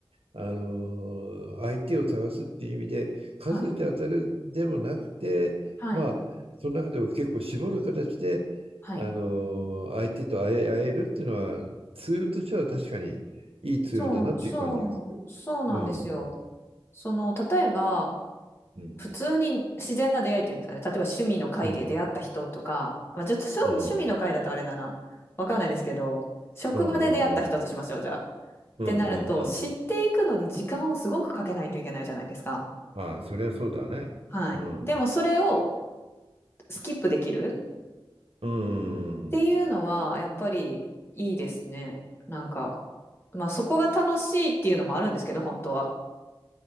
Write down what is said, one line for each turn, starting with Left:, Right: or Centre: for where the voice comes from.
Right: あの相手を探すっていう意味で数えて当たるでもなくてまあその中でも結構絞る形であの相手と会え、
Left: はい。はい。はい。
Right: 会えるっていうのはツールとしては確かにいいツールだなっていう感じがする。
Left: そう、そう、そうなんですよ。
Right: うん
Left: その、例えば、
Right: うん
Left: 普通に自然な出会いっていうんですかね。例えば趣味の会で出会った人とか、
Right: うん
Left: まあ、ちょっと趣趣味の会だとあれだな。
Right: うん
Left: わかんないですけど、職場で出会った人としましょう、
Right: うんうんうんうん
Left: じゃあ。ってなると、
Right: うんうん
Left: 知っていくのに時間をすごくかけないといけないじゃないですか。
Right: ああそれはそうだね。
Left: はい。
Right: うん
Left: でもそれをスキップできる。
Right: うん
Left: っていうのはやっぱりいいですね。なんか、まあそこが楽しいっていうのもあるんですけど、本当は。